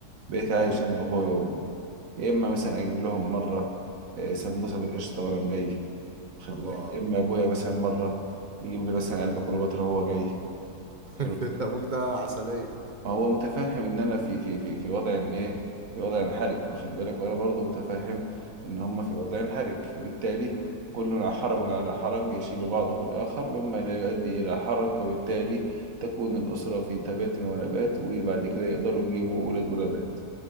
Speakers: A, on the right; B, on the right.
A: بقيت عايش
B: امم
A: انا وابوي وامي يا اما مثلا اجيب لهم مرة آه، سمبوسة بالقشطة وانا جاي واخد
B: الله
A: بالك يا اما ابويا مثلا مرة يجيب لي مثلا علبة كليوباترا وهو جاي
B: <laughs>
A: حلو
B: ابوك ده عسليه
A: ما هو متفهم ان انا في في في في وضع ان ايه في وضع انحرج واخد بالك وانا برضو متفهم ان هم في وضع انحرج فبالتالي
B: امم
A: كلنا حرج على حرج يشيل بعضه الاخر مما لا يؤدي الى حرج فبالتالي تكون الاسره في تبات ونبات وبعد كده يقدروا يجيبوا اولاد ونبات